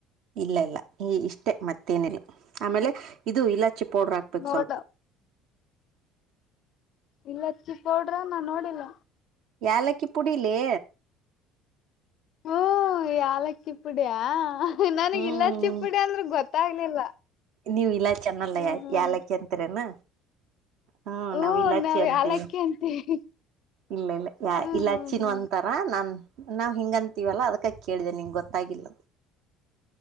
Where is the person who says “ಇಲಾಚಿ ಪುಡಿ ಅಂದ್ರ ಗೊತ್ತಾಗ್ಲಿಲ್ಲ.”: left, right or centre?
Left